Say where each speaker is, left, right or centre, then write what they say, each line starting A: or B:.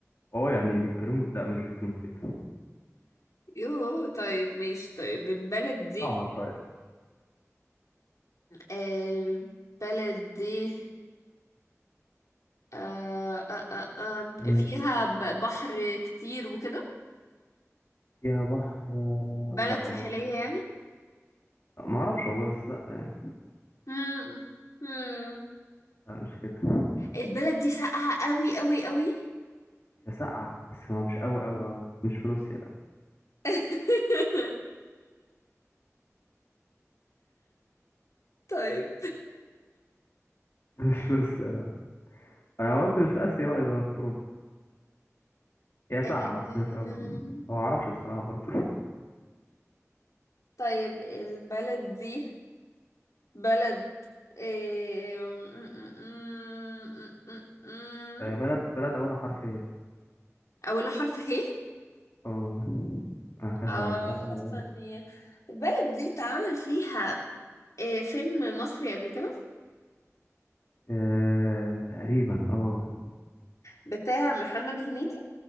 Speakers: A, on the left; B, on the left.
A: اه يعني بيتكلموا لا مش بيتكلموا كده
B: يوه طيب ماشي طيب البلد دي
A: صعبة شوية
B: البلد دي آه، آه، آه، آه،
A: مم.
B: آه، فيها ب- بحر كتير وكده
A: فيها بحر آه،
B: بلد
A: لا
B: ساحلية
A: برضه مفيهاش
B: يعني
A: بحر آه، ما اعرفش والله بس لا يعني
B: مم، مم.
A: لا مش كده
B: البلد دي ساقعة قوي قوي قوي
A: هي ساقعة بس ما مش قوي قوي قوي مش في روسيا لا
B: <laughs> طيب
A: <laughs> مش في روسيا لا انا قلت مش في اسيا بقى يبقى في اوروبا هي ساقعة
B: أم،
A: بس مش قوي ما اعرفش بصراحة برضه <laughs>
B: طيب البلد دي بلد إيه، م- م- م- م- م-
A: آه، بلد بلد اولها حرف ايه
B: أولها حرف ه
A: اه اه كسل
B: اه
A: لا
B: حاسة
A: آه،
B: ان هي- البلد دي اتعمل فيها إيه، فيلم مصري قبل كده
A: آه، تقريبا اه
B: بتاع محمد هنيدي